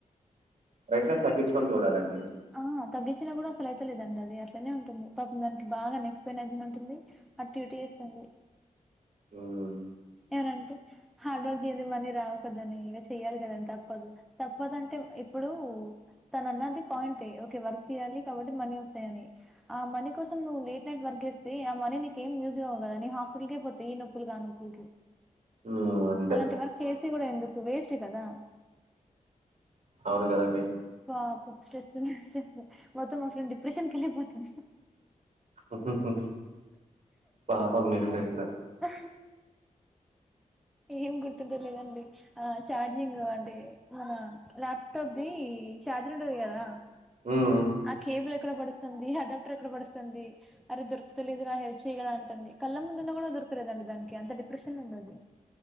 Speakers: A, on the right; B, in the centre.
A: బ్రెయిటనెస్ తగ్గించుకొని జుడాలండి.
B: ఆ తగ్గించినా కూడా అసలు ఆ ఆ ఆ ఆ ఆ ఆ తగ్గించినా గూడా అసలు అయితలేదండి అది అట్లనే ఉంటుంది. పాపం దానికి బాగా నెక్ పెయిన్ అయితుంది అంటుంది. అటి ఇటూ ఏస్తుంది.
A: ఓయ్
B: ఎవరంటే హార్డ్ వర్కి ఏయాందే మనీ రావు కదనే ఇలా చెయాలి కదని తప్పదు తప్పదుంటే ఇప్పుడు తన అన్నది పాయింట్ ఓకే వర్క్ చేయాలి కాబట్టి మనీ వస్తాయని. ఆ మనీ కోసం నువ్వు లేట్ నైట్ వర్క్ జేస్తే ఆ మనీ నీకేం యూజ్ గావు గదనే హాస్పిటల్ కే పోతాయ్ ఈ నొప్ పుల్ కాగాకి ఇది
A: ఉహుహ్ గాట్
B: అలాంటి వర్క్ చేసి కూడా ఎందుకు వేస్ట్ ఏ కదా
A: అవును గదండి.
B: పాప స్ట్రెస్ మొత్తం మా ఫ్రెండ్ డిప్రెషన్క్ ఏళ్ళిపోతుంది.
A: ఉహుహ్ పాపం మీ ఫ్రెండ్
B: ఆ ఏమ్ గుర్తుటలేదండి. ఆ ఛార్జింగ్ అంటే మన ల్యాప్టాప్ది ఛార్జర్ ఉంటది కదా
A: మ్మ్
B: ఆ కేబుల్ ఎక్కడ పడుస్తుంది అడాప్టర్ ఎక్కడ పడుస్తుంది అరేద్దర్ తుదలేదా రా హెల్ప్ చేయదా అంటుంది కళ్ళ ముందున్న కూడా దొరకలేదంట దానికి అంత డిప్రెషన్ ఉందది